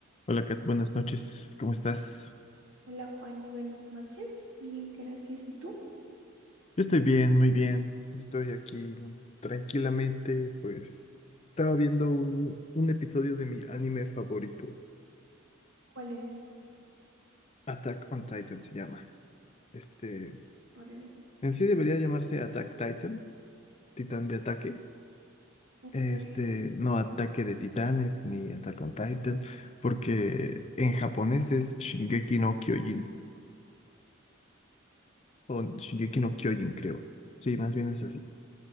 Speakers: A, on the left; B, on the right.
A: Hola Kat, buenas noches, ¿cómo estás?
B: Hola Juani, buenas noches. Bien, gracias. ¿Y tú?
A: Yo estoy bien, muy bien, estoy aquí tranquilamente, pues estaba viendo un, un episodio de mi anime favorito,
B: ¿Cuál es?
A: Attack on Titan se llama. Este,
B: Órale.
A: en sí debería llamarse Attack Titan, Titán de ataque,
B: Ok.
A: este, no ataque de titanes ni Attack on Titan, porque en japonés es Shingeki no Kyojin, o Shingeki no Kyojin creo, sí, más bien es así.